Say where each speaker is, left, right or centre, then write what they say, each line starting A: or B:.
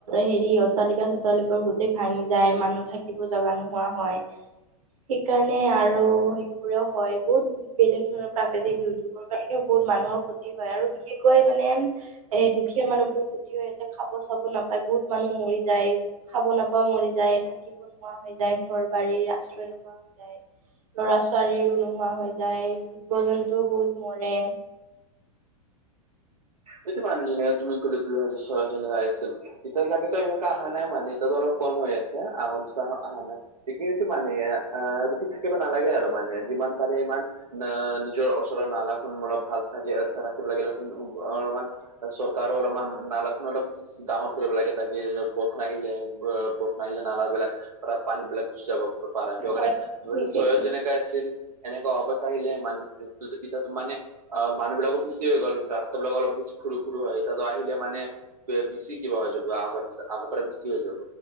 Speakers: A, on the right; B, on the right.
A: হেৰি অট্টালিকা চট্টালিকৰ গোটেই ভাঙি যায়, মানুহ থাকিব জাগা নোহোৱা হয়।
B: <unintelligible> <inaudible>
A: সেইকাৰণে আৰু সেইবোৰেও হয় বহুত বেলেগ ধৰণৰ প্ৰাকৃতিক দুৰ্যোগৰ কাৰণে বহুত মানুহৰ ক্ষতি হয় আৰু বিশেষকৈ মানে এ দুখীয়া মানুহবোৰৰ উতি ইয়াতে খাব চাব নাপায় বহুত মানুহ মৰি যায় খাব নাপাইও মৰি যায়, থাকিব নোৱাৰা হৈ যায় ঘৰ- বাৰীৰ আশ্ৰয় নোহোৱা হৈ যায় লৰা-ছোৱালীবোৰ নোহোৱা হৈ যায়, জীৱ- জন্তুও বহুত মৰে
B: এইটো মানুহ যেনেকে তুমি ক'লে দুই হাজাৰ ছয় হাজাৰ যেনেকা আহিছিল। <unintelligible> এতিয়া লাগেত এনেকুৱা অহা নাই মানে এতিয়াতো অলপ কম হৈ আছে, আগৰ নিচিনা আহা নাই। সেইটোৱেইটো মানে আহঁ ৰখি থাকিব নালাগে আৰু মানে যিমান পাৰে ইমান- ন নিজৰ ওচৰৰ নালাখন অলপ ভাল চাগ <unintelligible> ৰাখিব লাগে <unintelligible> অলপমান চৰকাৰেও অলপমান নালাখন অলপ ডাঙৰ কৰিব লাগে, তাকে বৰষুণ আহিলে- পাৰিলে নলাবিলাক পানী বিলাক গুচি যাব পাৰে, কিয়কাৰণে
A: হয়
B: <unintelligible>
A: ঠিকে
B: ছিল এনেকা অৱস্থা আহিলে <unintelligible> মানে অঁ মানুহ বিলাকো বেছি হৈ গ'ল, ৰাস্তা বিলাক অলপ বেছি সৰু- সৰু হয়, এতিয়াতো আহিলে মানে- বেছি কিবা হৈ যাব, আগৰ নিচিনা আগৰ পৰা বেছি হৈ যাব।